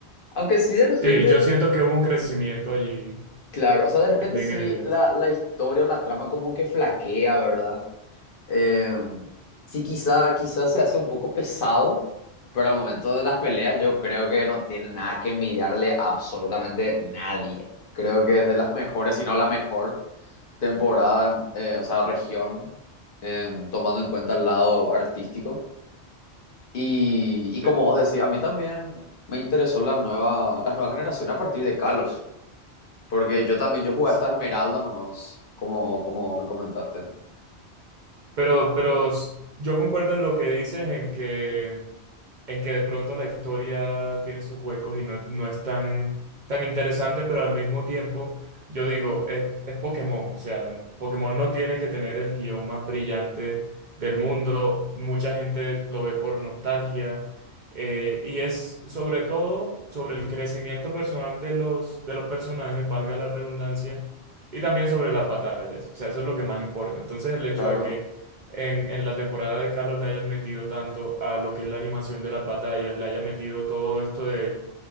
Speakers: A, on the left; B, on the right.
A: Aunque sí de repente,
B: Sí, yo siento que hubo un crecimiento allí,
A: claro, o sea, de repente
B: es bien
A: sí
B: evidente.
A: la, la historia o la trama como que flaquea, ¿verdad? Eh, sí, quizá, quizá se hace un poco pesado, pero al momento de las peleas yo creo que no tiene nada que envidiarle a absolutamente nadie. Creo que es de las mejores, si no la mejor temporada, eh, o sea, región, eh, tomando en cuenta el lado artístico. Y, y
B: Eh,
A: como vos decís, a mí también me interesó la nueva, las nuevas generaciones a partir de Kalos, porque yo también, yo jugué
B: sí.
A: hasta Esmeralda nomás, como, como vos me comentaste.
B: Pero, pero s- yo concuerdo en lo que dices, en que, en que de pronto la historia tiene sus huecos y no, no es tan, tan interesante, pero al mismo tiempo, yo digo, es, es Pokémon, o sea, Pokémon no tiene que tener el guión más brillante del mundo, mucha gente lo ve por nostalgia, eh, y es sobre todo sobre el crecimiento personal de los, de los personajes, valga la redundancia, y también sobre las batallas, o sea, eso es lo que más importa. Entonces, el hecho
A: Claro.
B: de que en, en la temporada de Carlos le hayan metido tanto a lo que es la animación de las batallas, le hayan metido todo esto de